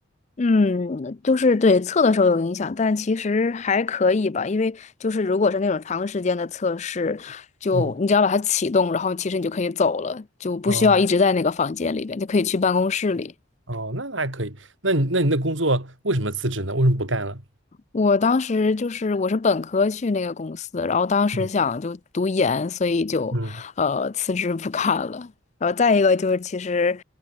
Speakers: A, on the left; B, on the right.
A: 嗯，就是对测的时候有影响，但其实还可以吧，因为就是如果是那种长时间的测试，就你只要把它启动，
B: 嗯，
A: 然后其实你就可以走了，就不需要一直在那个房间里边，
B: 哦
A: 就可以去办公室里。
B: 哦，那那还可以。那你那你的工作为什么辞职呢？为什么不干了？
A: 我当时就是我是本科去那个公司，然后当时想就读研，
B: 嗯
A: 所以就呃辞职不干了。
B: 嗯。
A: 然后再一个就是其实